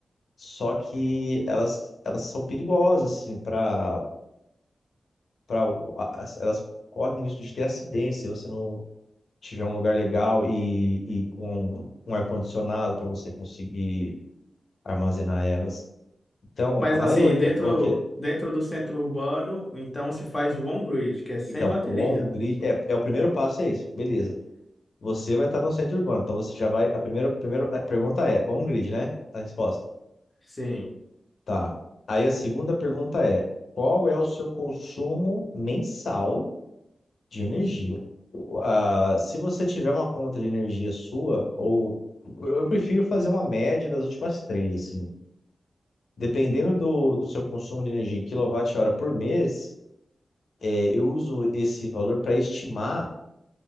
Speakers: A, on the left (about 75°); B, on the left (about 25°).
A: só que elas, elas são perigosas, assim, para para elas correm o risco de ter acidente se você não tiver um lugar legal e, e com um um ar-condicionado para você conseguir armazenar elas. Então,
B: Mas
A: a maioria.
B: assim, dentro,
A: O quê?
B: dentro do centro urbano, então se faz o on-grid, que é sem
A: Então,
B: bateria.
A: o on-grid. É, é, o primeiro passo é isso. Beleza. Você vai estar no centro urbano. Então, você já vai. A primeira, a primeira a pergunta é: on-grid, né? A resposta.
B: Sim.
A: Tá. Aí, a segunda pergunta é: qual é o seu consumo mensal de energia? O- a- se você tiver uma conta de energia sua, ou. Eu eu prefiro fazer uma média das últimas três, assim. Dependendo do, do seu consumo de energia em quilowatt-hora por mês, é, eu uso esse valor para estimar